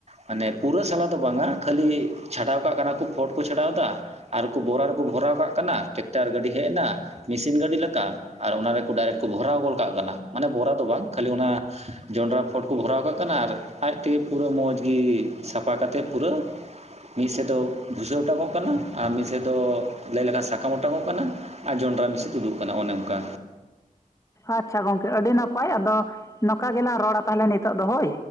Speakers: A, on the right; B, on the left.
A: ᱢᱟᱱᱮ ᱯᱩᱨᱟᱹ ᱥᱟᱞᱟ ᱫᱚ ᱵᱟᱝᱟ ᱠᱷᱟᱹᱞᱤ ᱪᱷᱟᱰᱟᱣ ᱠᱟᱜ ᱠᱟᱱᱟ ᱠᱚ ᱯᱷᱳᱰ ᱠᱚ ᱪᱷᱟᱰᱟᱣᱫᱟ᱾ ᱟᱨᱠᱚ ᱵᱚᱨᱟ ᱨᱮᱠᱚ ᱵᱷᱚᱨᱟᱣ ᱠᱟᱜ ᱠᱟᱱᱟ ᱴᱮᱠᱴᱟᱨ ᱜᱟᱹᱰᱤ ᱦᱮᱜᱱᱟ ᱢᱮᱥᱤᱱ ᱜᱟᱹᱰᱤ ᱞᱮᱠᱟ ᱟᱨ ᱚᱱᱟ ᱨᱮᱠᱚ ᱰᱟᱭᱨᱮᱠᱴ ᱠᱚ ᱵᱷᱚᱨᱟᱣ ᱜᱚᱞ ᱠᱟᱜ ᱠᱟᱱᱟ ᱢᱟᱱᱮ ᱵᱚᱨᱟ ᱫᱚ ᱵᱟᱝ ᱠᱷᱟᱹᱞᱤ ᱚᱱᱟ ᱡᱚᱱᱰᱨᱟ ᱯᱷᱚᱴ ᱠᱚ ᱵᱷᱚᱨᱟᱣ ᱠᱟᱜ ᱠᱟᱱᱟ ᱟᱨ ᱟᱡ ᱛᱮᱜᱮ ᱯᱩᱨᱟᱹ ᱢᱚᱸᱡᱽ ᱜᱮ ᱥᱟᱯᱷᱟ ᱠᱟᱛᱮᱫ ᱯᱩᱨᱟᱹ ᱢᱤᱜ ᱥᱮᱜ ᱫᱚ ᱵᱷᱩᱥᱟᱹ ᱚᱴᱟᱝᱚᱜ ᱠᱟᱱᱟ ᱟᱨ ᱢᱤᱜ ᱥᱮᱜ ᱫᱚ ᱞᱟᱹᱭ ᱞᱮᱠᱷᱟᱱ ᱥᱟᱠᱟᱢ ᱚᱴᱟᱝᱚᱜ ᱠᱟᱱᱟ᱾ ᱟᱨ ᱡᱚᱱᱰᱽᱨᱟ ᱢᱤᱥᱮ ᱛᱩᱫᱩᱜ ᱠᱟᱱᱟ ᱚᱱᱮ ᱚᱝᱠᱟ᱾
B: ᱟᱪᱪᱷᱟ ᱜᱚᱝᱠᱮ ᱟᱹᱰᱤ ᱱᱟᱯᱟᱭ ᱟᱫᱚ ᱱᱚᱠᱟ ᱜᱮᱞᱟᱝ ᱨᱚᱲᱟ ᱛᱟᱦᱞᱮ ᱱᱤᱛᱚᱜ ᱫᱚ ᱦᱳᱭ᱾